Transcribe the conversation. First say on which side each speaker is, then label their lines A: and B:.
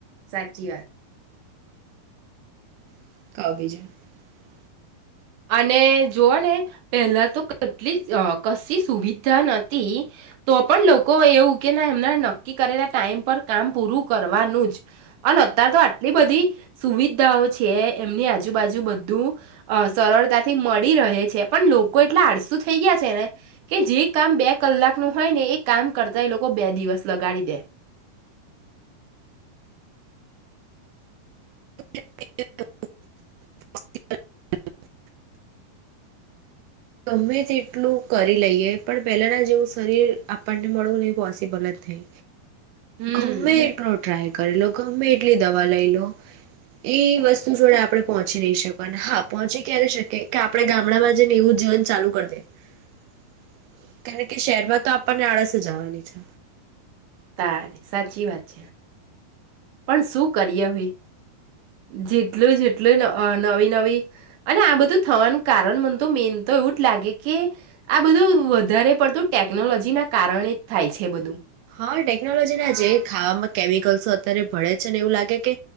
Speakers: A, on the right (about 65°); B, on the right (about 85°).
A: સાચી વાત.
B: <unintelligible>
A: અને જોવોને પહેલા તો કેટલી અ કશી સુવિધા નથી તો પણ લોકો એવું કે ના એમના નક્કી કરેલા ટાઈમ પર કામ પૂરું કરવાનું જ અને અતારતો આટલી બધી સુવિધાઓ છે એમની આજુબાજુ બધું અ સરળતાથી મળી રહે છે પણ લોકો એટલા આળસું થઈ ગયા છે ને કે જે કામ બે કલાક નું હોય ને એ કામ કરતા એ લોકો બે દિવસ લગાડી દે. <inaudible>
B: <inaudible> ગમે તેટલું કરી લઈએ પણ પહેલાના જેવું શરીર આપણને મળવું ની પોસિબલ જ નઈ.
A: હમ
B: ગમ્મે એટલો ટ્રાય કરીલો ગમ્મે એટલી દવા લઈ લો એ વસ્તુ જોડે આપણે પહોંચી નય શકવાનાં હા પહોંચી ક્યારે શકીએ કે આપણે ગામડામાં જેમ એવુંજ જીવન ચાલુ કર દે <inaudible> <unintelligible> શેરમાં તો આપણને આળસ જ આવાની છે.
A: તા સાચી વાત છે, પણ શું કરીએ હવે જેટલું જેટલું અ નવી નવી અને આ બધું થવાનું કારણ મનતો મેનતો એવું જ લાગે કે આ બધું વધારે પડતું ટેકનોલોજીનાં કારણે જ થાય છે બધું.
B: હવે ટેકનોલોજીના જે ખાવામાં કેમિકલ્સો અત્યારે ભળે છે ને એવું લાગે કે